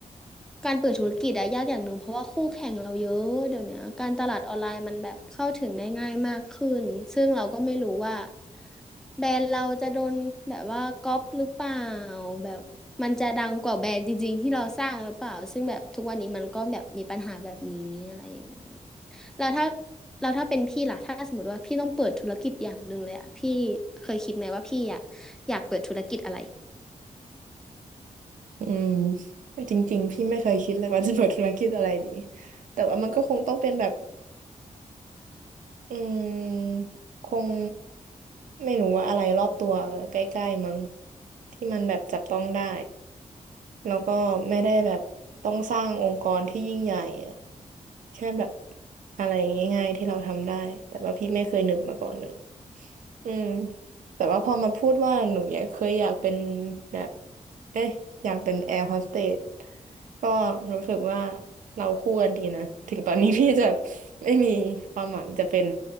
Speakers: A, in the centre; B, on the right (about 75°).
A: การเปิดธุรกิจอะยากอย่างหนึ่งเพราะว่าคู่แข่งเราเยอะเดี๋ยวเนี้ยการตลาดออนไลน์มันแบบเข้าถึงได้ง่ายมากขึ้นซึ่งเราก็ไม่รู้ว่า แบรนด์เราจะโดนแบบว่าก๊อปหรือเปล่าแบบมันจะดังกว่าแบรนด์จริงๆที่เราสร้างหรือเปล่าซึ่งแบบทุกวันนี้มันก็แบบมีปัญหาแบบนี้อะไรอย่างเงี้ยแล้วถ้าเราถ้าเป็นพี่ล่ะถ้าสมมติว่าพี่ต้องเปิดธุรกิจอย่างหนึ่งเลยอะพี่เคยคิดไหมว่าพี่อะอยากเปิดธุรกิจอะไร
B: อืมจริงๆพี่ไม่เคยคิดเลยว่าจะเปิดธุรกิจอะไรดีแต่ว่ามันก็คงต้องเป็นแบบอืมคงไม่รู้ว่าอะไรรอบตัวใกล้ๆมั้งที่มันแบบจับต้องได้แล้วก็ไม่ได้แบบต้องสร้างองค์กรที่ยิ่งใหญ่อะแค่แบบอะไรง่ายๆที่เราทำได้แต่ว่าพี่ไม่เคยนึกมาก่อนเลย อืมแต่ว่าพอมาพูดว่าหนูอยากเคยอยากเป็นแบบเอ๊ะอยากเป็นแอร์โฮสเตสก็รู้สึกว่าเราคู่กันดีนะถึงตอนนี้พี่จะไม่มีความหวังจะเป็น